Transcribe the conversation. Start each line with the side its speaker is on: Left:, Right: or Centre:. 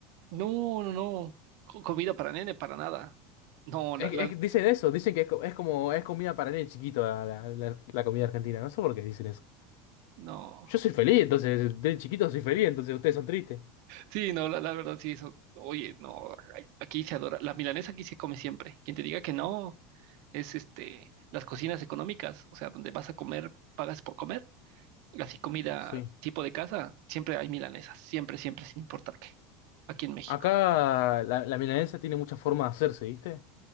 Right: No, no, no. Co- comida para nene, para nada. No, la,
Left: Es, que-
Right: la,
Left: es que dicen eso, dicen que es, co- es como es comida para nene chiquito la, la- la- la comida argentina. No sé por qué dicen eso.
Right: no.
Left: Yo soy feliz, entonces, de chiquito soy feliz, entonces ustedes son tristes.
Right: Sí, no, la, la verdad, sí, eso. Oye, no, ay, aquí se adora. La milanesa aquí se come siempre. Quien te diga que no, es este, las cocinas económicas, o sea, donde vas a comer, pagas por comer. Así comida
Left: Sí.
Right: tipo de casa, siempre hay milanesas, siempre, siempre, sin importar qué, aquí en México.
Left: Acá la, la milanesa tiene muchas formas de hacerse, ¿viste?